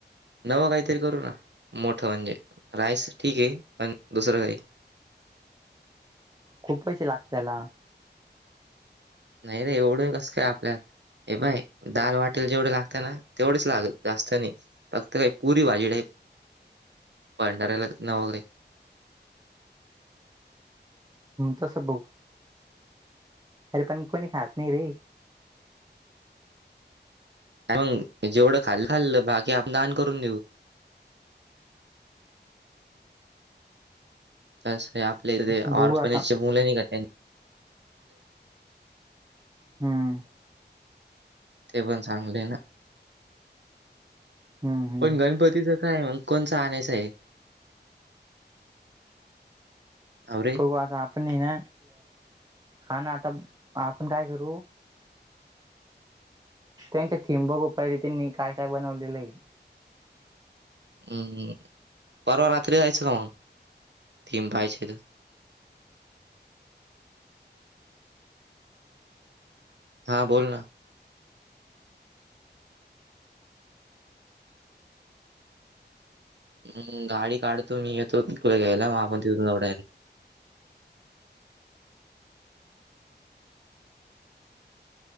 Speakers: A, on the right; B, on the right.
A: नवं काहीतरी करू ना मोठं म्हणजे राईस ठीक आहे पण दुसरं काहीतरी.
B: खूप पैसे लागतात त्याला.
A: नाहीरे एवढं कसं काय आपल्यात. हे पहाय दाल वाटेल जेवढे लागत ना तेवढेच लागल जास्त नाही. फक्त काही पुरी भाजी टाईप आहे भांडऱ्याला नवकाही.
B: तसं बघू अरे पण कोणी खात नाही रे.
A: मग जेवढं खाल्लं खाल्लं भात. आपण दान करून देऊ. तस आपल्या इथे
B: बघू
A: ऑर्फनेजचे
B: आता
A: मुलं नाही का त्यांना.
B: हम्म
A: ते पण चांगलय ना
B: हम्म हम्म
A: पण गणपतीच काय मग कोणचं आणायचं आहे? अरे
B: बघू आता आपण ना हा ना आता आपण काय करू त्यांच्या थीम बघू पहिले त्यांनी काय काय बनवलेलं आहे.
A: हम्म हम्म परवा रात्री जायचं का मग थीम पहायची तर? हां बोल ना. हम्म गाडी काढतो मी येतो तुला घ्यायला मग आपण तिथून जाऊ डायरेक्ट.